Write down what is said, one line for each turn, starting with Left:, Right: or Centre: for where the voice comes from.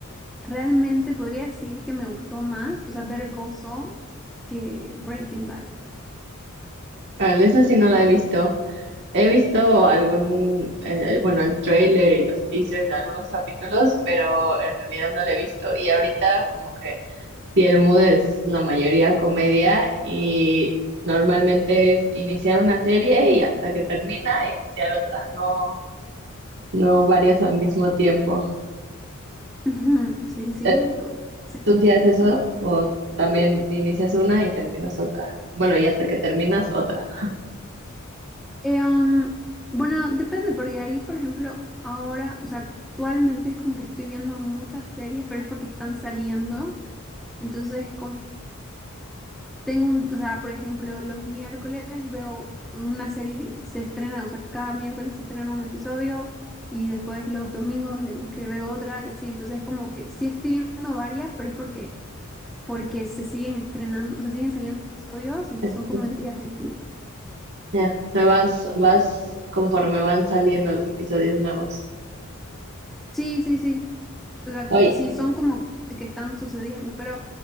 Centre: realmente podría decir que me gustó más, o sea, Better Call Saul que Breaking Bad.
Right: Ah, esa sí no la he visto. He visto algún, eh, bueno, el trailer y los teasers de algunos capítulos, pero en realidad no lo he visto. Y ahorita como que si el mood es la mayoría comedia y normalmente es iniciar una serie y hasta que termina iniciar otra, no, no varias al mismo tiempo.
Centre: <laughs> Sí, sí,
Right: Eh,
Centre: ubico. Sí.
Right: ¿Tú sí haces eso o también inicias una y terminas otra? Bueno, y hasta que terminas otra.
Centre: Eh, um, bueno, depende, porque ahí, por ejemplo, ahora, o sea, actualmente es como que estoy viendo muchas series, pero es porque están saliendo. Entonces, como tengo un, o sea, por ejemplo, los miércoles veo una serie que se estrena, o sea, cada miércoles se estrena un episodio y después los domingos, digamos que veo otra y así. Entonces, es como que sí estoy viendo varias, pero es porque, porque se siguen estrenando, o sea, siguen saliendo episodios y
Right: Entonces,
Centre: son como en días distintos.
Right: Ya, o sea, vas, vas conforme van saliendo los episodios nuevos.
Centre: Sí, sí, sí. O sea,
Right: Oye,
Centre: sí son como que están sucediendo, pero